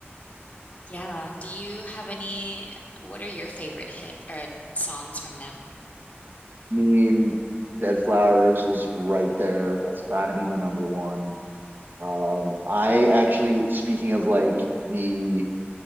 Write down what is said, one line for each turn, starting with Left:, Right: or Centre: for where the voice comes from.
Left: Yeah. Do you have any, what are your favorite hit or songs from them?
Right: I mean, Dead Flowers is right there. That's gotta be my number one. Um, I actually, speaking of like the